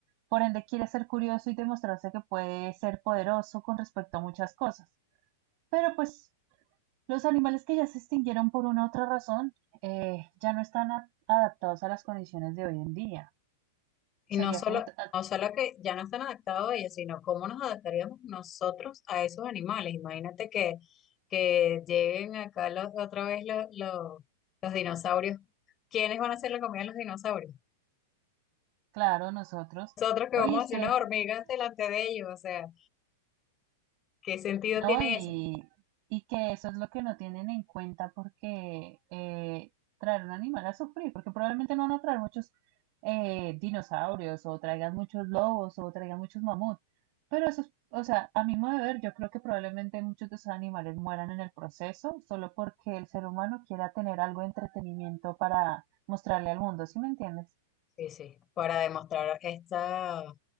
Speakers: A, on the right; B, on the left.
A: por ende quiere ser curioso y demostrarse que puede ser poderoso con respecto a muchas cosas. Pero pues los animales que ya se extinguieron por una u otra razón eh, ya no están a- adaptados a las condiciones de hoy en día. Sería
B: Y no solo,
A: como t-
B: no solo que ya no están adaptados ellos, sino cómo nos adaptaríamos nosotros a esos animales. Imagínate que, que lleguen acá los- otra vez los, los, los dinosaurios. ¿Quiénes van a hacer la comida de los dinosaurios?
A: Claro, nosotros.
B: Nosotros que
A: No,
B: vamos
A: y es
B: a hacer
A: que,
B: unas hormigas delante de ellos. O sea, ¿qué sentido
A: no,
B: tiene
A: y,
B: eso?
A: y que eso es lo que no tienen en cuenta porque eh, traer un animal a sufrir, porque probablemente no van a traer muchos eh, dinosaurios o traigan muchos lobos o traigan muchos mamuts. Pero eso es, o sea, a mi modo de ver, yo creo que probablemente muchos de esos animales mueran en el proceso solo porque el ser humano quiera tener algo de entretenimiento para mostrarle al mundo, ¿sí me entiendes?
B: Sí, sí, para demostrar esta,